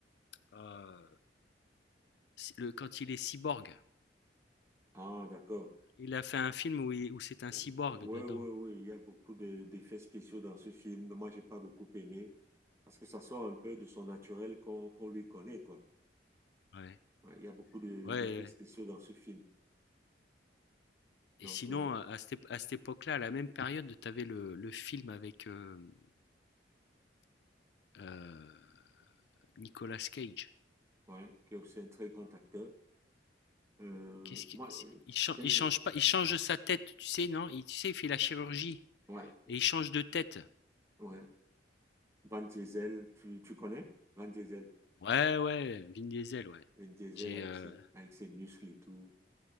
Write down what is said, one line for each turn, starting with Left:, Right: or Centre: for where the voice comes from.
Left: euh, le, quand il est cyborg.
Right: Ah, d'accord.
Left: Il a fait un film où, il- où c'est un
Right: Oui,
Left: cyborg dedans.
Right: oui, oui, il y a beaucoup de- d'effets spéciaux dans ce film. Moi, j'ai pas beaucoup aimé parce que ça sort un peu de son naturel qu'on qu'on lui connaît, quoi.
Left: Ouais.
Right: Ouais, il y a beaucoup de-
Left: Ouais,
Right: d'effets spéciaux dans ce film. Donc,
Left: Et sinon,
Right: euh,
Left: à à cette ép à cette époque-là, à la même période, tu avais le le film avec, hem, heu, Nicolas Cage.
Right: ouais, qui est aussi un très grand acteur. Euh,
Left: Qu'est-ce que
Right: moi,
Left: c'est
Right: euh,
Left: il chan
Right: j'aime
Left: il change
Right: bien.
Left: pas il change sa tête, tu sais, non? Il tu sais, il fait la chirurgie
Right: Ouais,
Left: et il change de tête.
Right: ouais. Van Diesel, tu, tu connais? Van Diesel.
Left: Ouais, ouais, Vin Diesel, ouais.
Right: Van Diesel
Left: J'ai,
Right: avec
Left: heu,
Right: ses, avec ses muscles et tout.